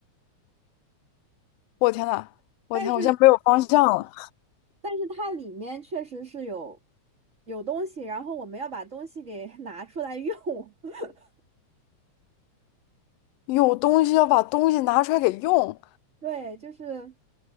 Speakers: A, on the left; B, on the right.
A: 我天呐，我天，
B: 但是
A: 我现在没有方向了。
B: 但是它里面确实是有有东西，然后我们要把东西给 <laughs> 拿出来用。<laughs>
A: 有东西要把东西拿出来给用，
B: 对，就是